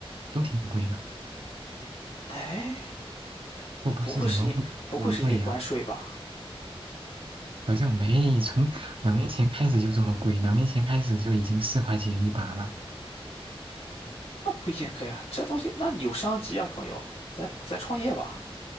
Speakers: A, on the right; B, on the left.
A: 都挺贵的。
B: 哎，
A: 会不会是什么物以稀为贵呀？
B: 不会是因不会是因为关税吧？
A: 好像没，从两年前开始就这么贵，两年前开始就已经四块钱一把了。
B: 那不应该啊，这东西那你有商机啊，朋友，咱咱创业吧。